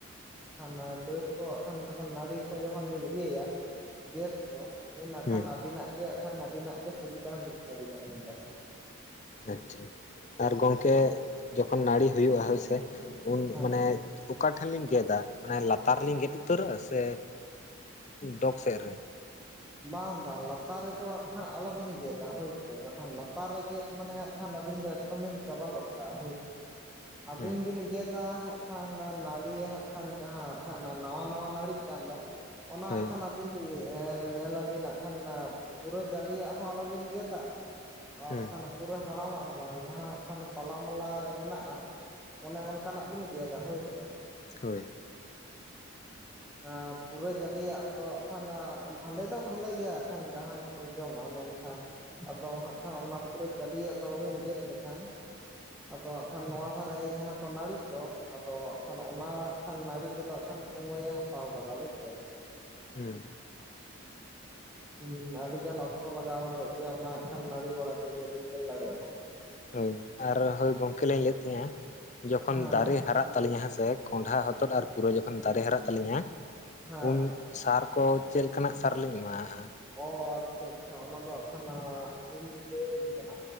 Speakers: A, in the centre; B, on the left.
A: ᱟᱨᱠᱷᱟᱱ ᱰᱟᱹᱨ ᱠᱚ ᱦᱟᱸᱜ ᱠᱷᱟᱱ ᱡᱚᱠᱷᱚᱱ ᱱᱟᱹᱲᱤ ᱠᱚ ᱡᱚᱠᱷᱚᱱ ᱵᱤᱱ ᱤᱭᱟᱹᱭᱟ ᱜᱮᱫ ᱩᱱ ᱦᱟᱸᱜ
B: ᱦᱩᱸ
A: ᱠᱷᱟᱱ ᱟᱹᱵᱤᱱᱟᱜ ᱜᱮ ᱠᱷᱟᱱ ᱟᱹᱵᱤᱱᱟᱜ ᱜᱮ ᱥᱩᱵᱤᱫᱷᱟ ᱦᱩᱭᱩᱜ ᱛᱟᱹᱵᱤᱱᱟ ᱩᱱ ᱫᱚ ᱾
B: ᱟᱪᱪᱷᱟ ᱟᱨ ᱜᱚᱝᱠᱮ ᱡᱚᱠᱷᱚᱱ ᱱᱟᱹᱲᱤ ᱦᱩᱭᱩᱜᱼᱟ ᱦᱳᱭᱥᱮ, ᱩᱱ
A: ᱦᱮᱸ
B: ᱢᱟᱱᱮ, <unintelligible> ᱚᱠᱟᱴᱷᱮᱱ ᱞᱤᱝ ᱜᱮᱫᱟ ᱢᱟᱱᱮ ᱞᱟᱛᱟᱨ ᱨᱮ ᱞᱤᱧ ᱜᱮᱫ ᱩᱛᱟᱹᱨᱟ ᱥᱮ ᱰᱚᱜᱽ ᱥᱮᱫ ᱨᱮ ᱾
A: ᱵᱟᱝ ᱵᱟᱝ ᱞᱟᱛᱟᱨ ᱨᱮᱫᱚ ᱦᱟᱸᱜ ᱠᱷᱟᱱ ᱟᱞᱚᱵᱤᱱ ᱜᱮᱫᱟ ᱦᱳᱭᱥᱮ ᱵᱟᱝᱠᱷᱟᱱ ᱞᱟᱛᱟᱨ ᱨᱮ ᱜᱮᱫ ᱢᱟᱱᱮ ᱦᱟᱸᱜ ᱠᱷᱟᱱ ᱟᱹᱵᱤᱱ ᱫᱚᱼᱼ ᱵᱤᱱ ᱪᱟᱵᱟ ᱜᱚᱫ ᱠᱟᱜᱼᱟ ᱦᱳᱭᱥᱮ ᱟᱹᱵᱤᱱ
B: ᱦᱩᱸ
A: ᱵᱤᱱ ᱜᱮᱫ ᱟ ᱦᱟᱸᱜ ᱠᱷᱟᱱ ᱱᱟᱹᱲᱤ ᱦᱟᱸᱜ ᱠᱷᱟᱱ ᱡᱟᱦᱟ ᱦᱟᱸᱜ ᱠᱷᱟᱱ ᱱᱟᱣᱟ ᱱᱟᱣᱟ ᱱᱟᱹᱲᱤᱜ ᱠᱟᱱ ᱫᱚᱼᱼ ᱚᱱᱟ
B: ᱦᱳᱭ
A: ᱦᱟᱸᱜ ᱠᱷᱟᱱ ᱟᱹᱵᱤᱱ ᱮᱸ ᱧᱮᱞᱟᱵᱤᱱ ᱱᱟᱜ ᱠᱷᱟᱱ ᱯᱩᱨᱟᱹ ᱡᱟᱞᱤᱭᱟᱜ ᱦᱚᱸ ᱟᱞᱚᱵᱤᱱ ᱜᱮᱫᱟ ᱟᱨ
B: ᱦᱩᱸ
A: ᱠᱷᱟᱱᱼᱼ ᱯᱩᱨᱟᱹ ᱦᱟᱲᱟᱢᱟᱜ ᱦᱚᱸ ᱵᱟᱝ ᱡᱟᱦᱟ ᱦᱟᱸᱜ ᱠᱷᱟᱱ ᱛᱟᱞᱟ ᱢᱟᱞᱟ ᱨᱮ ᱢᱮᱱᱟᱜᱼᱟ ᱼᱼ ᱚᱱᱮ ᱚᱱᱠᱟᱱᱟᱜ ᱵᱤᱱ ᱜᱮᱫᱟ ᱦᱳᱭ ᱥᱮ ᱾
B: ᱦᱳᱭ ᱾
A: ᱟᱸ ᱯᱩᱨᱟᱹ ᱡᱟᱹᱤᱭᱟᱜ ᱫᱚ ᱦᱟᱸᱜ ᱠᱷᱟᱱ ᱟᱸ ᱟᱞᱮ ᱫᱚ ᱵᱷᱟᱞᱮ ᱜᱮ ᱦᱟᱸᱜ ᱠᱷᱟᱱ ᱡᱟᱦᱟᱸᱭ ᱠᱚ ᱡᱚᱢᱟ ᱢᱮᱱᱠᱷᱟᱱ ᱟᱫᱚ ᱦᱟᱸᱜ ᱠᱷᱟᱱ ᱚᱱᱟ ᱯᱩᱨᱟᱹ ᱡᱟᱹᱞᱤᱭᱟᱜ ᱫᱚᱵᱤᱱ ᱜᱮᱫ ᱞᱮᱠᱷᱟᱱ ᱟᱫᱚ ᱦᱟᱸᱜ ᱠᱷᱟᱱ ᱱᱚᱣᱟ ᱫᱷᱟᱨᱮ ᱡᱟᱦᱟᱸ ᱠᱚ ᱱᱟᱹᱲᱤᱜ ᱫᱚ ᱟᱫᱚ ᱦᱟᱸᱜᱠᱷᱟᱱ ᱚᱱᱟ ᱠᱷᱟᱱ ᱱᱟᱹᱲᱤ ᱛᱮᱫᱚ ᱦᱟᱸᱜᱠᱷᱟᱱ ᱥᱚᱢᱚᱭᱮ ᱦᱟᱛᱟᱣ ᱜᱚᱫᱟ ᱵᱩᱡᱽ ᱫᱟᱹᱵᱤᱱ?
B: ᱩᱸ ᱻ ᱾
A: ᱩᱸ ᱟᱹᱰᱤ ᱜᱟᱱ ᱚᱠᱛᱚ ᱞᱟᱜᱟᱣ ᱜᱚᱫᱚᱜ ᱜᱮᱭᱟ ᱚᱱᱟ ᱦᱟᱸᱜ ᱠᱷᱟᱱ ᱱᱟᱹᱲᱤ ᱵᱟᱲᱟ ᱛᱮᱜᱮ ᱵᱤᱱ ᱧᱮᱞ ᱫᱟᱲᱮᱭᱟᱜᱼᱟ ᱾
B: ᱦᱳᱭ ᱟᱨ ᱦᱳᱭ ᱜᱚᱝᱠᱮ ᱞᱤᱧ ᱞᱟᱹᱭᱮᱫ ᱛᱟᱦᱮᱸᱱᱟ ᱡᱚᱠᱷᱚᱱ
A: ᱦᱮᱸ
B: ᱫᱟᱨᱮ ᱦᱟᱨᱟᱜ ᱛᱟᱹᱞᱤᱧᱟ ᱦᱮᱸ ᱥᱮ ᱠᱚᱸᱰᱷᱟ ᱦᱚᱛᱚᱫ ᱟᱨ ᱯᱩᱨᱟᱹᱭ ᱡᱚᱠᱷᱚᱱ ᱫᱟᱨᱮ ᱦᱟᱨᱟᱜ ᱛᱟᱹᱞᱤᱧᱟ
A: ᱦᱮᱸ
B: ᱩᱱ ᱥᱟᱨ ᱠᱚ ᱪᱮᱜ ᱞᱮᱠᱟᱱᱟᱜ ᱥᱟᱨ ᱞᱤᱧ ᱮᱢᱟᱣᱟᱜᱼᱟ?
A: ᱚ ᱟᱪᱪᱷᱟ ᱟᱪᱪᱷᱟ ᱚᱱᱟ ᱫᱚ ᱦᱟᱸᱜ ᱠᱷᱟᱱ ᱟᱹᱵᱤᱱ ᱤᱧ ᱞᱟᱹᱭ ᱟᱹᱵᱤᱱ ᱠᱟᱱᱟ